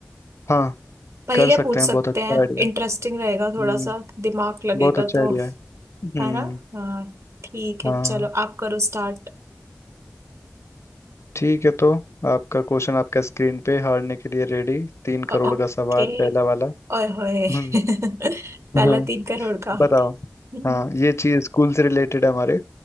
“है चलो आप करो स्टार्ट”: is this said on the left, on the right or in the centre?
Right